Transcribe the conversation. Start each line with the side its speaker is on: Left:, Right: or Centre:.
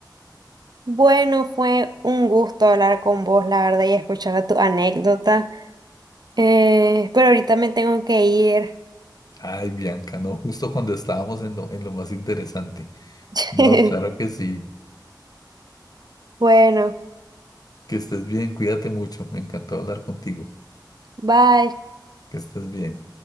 Right: Bueno, fue un gusto hablar con vos, la verdad, y escuchar tu anécdota. Eh, pero ahorita me tengo que ir.
Left: Ay, Bianca, no, justo cuando estábamos en lo, en lo más interesante.
Right: <laughs>
Left: No, claro que sí.
Right: Bueno,
Left: Que estés bien, cuídate mucho. Me encantó hablar contigo.
Right: bye.
Left: Que estés bien.